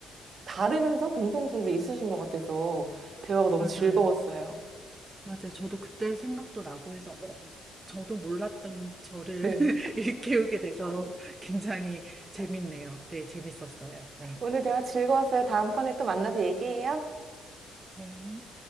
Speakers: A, on the right (about 50°); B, on the right (about 20°).
A: 다르면서 공통점도 있으신 것 같아서 대화가 너무
B: 맞아요.
A: 즐거웠어요.
B: 맞아요. 저도 그때 생각도 나고 해서 어, 저도 몰랐던 저를
A: 네.
B: <laughs> 일깨우게 돼서 굉장히 재밌네요. 네, 재밌었어요. 네.
A: 오늘 대화 즐거웠어요. 다음번에 또 만나서 얘기해요.
B: 네.